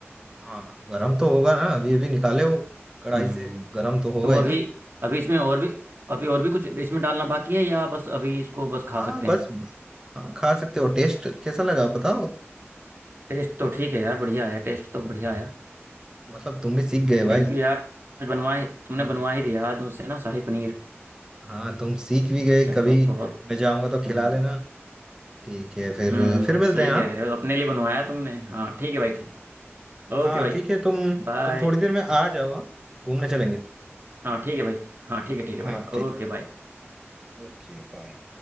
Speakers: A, on the right (about 15°); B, on the right (about 55°).
A: हाँ गरम तो होगा ना अभी अभी निकाले हो कढ़ाई
B: हम्म
A: से गरम तो होगा
B: तो
A: ही
B: अभी
A: ना
B: अभी इसमें और भी अभी और भी कुछ इसमें डालना बाकी है या बस अभी इसको बस खा
A: हाँ
B: सकते
A: बस
B: हैं
A: हाँ, खा सकते हो टेस्ट कैसा लगा बताओ
B: टेस्ट तो ठीक है यार बढ़िया है टेस्ट तो बढ़िया आया
A: मतलब तुम भी सीख गए
B: थैंक
A: भाई
B: यू यार बनवाए तुमने
A: <laughs>
B: बनवा ही दिया आज मुझसे ना शाही पनीर
A: हाँ तुम सीख भी गए
B: चलो
A: कभी
B: बहुत
A: मैं जाऊंगा तो खिला
B: हम्म
A: लेना ठीक है फिर
B: हम्म
A: फिर मिलते
B: सही
A: हैं हाँ
B: कह रहे हो अपने लिए बनवाया तुमने हाँ ठीक है भाई ठीक ओके
A: हाँ
B: भाई
A: ठीक है तुम
B: बाय
A: तुम थोड़ी देर में आ जाओ हाँ घूमने चलेंगे
B: हाँ ठीक है भाई हाँ ठीक है ठीक
A: हाँ
B: है भाई
A: ठीक
B: ओके
A: है
B: बाय
A: Okay bye